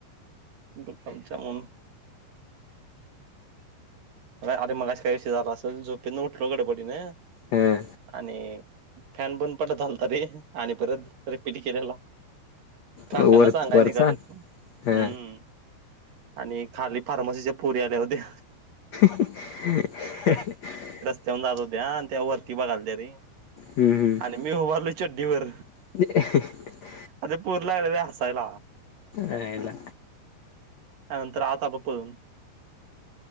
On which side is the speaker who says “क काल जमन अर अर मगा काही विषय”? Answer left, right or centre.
Right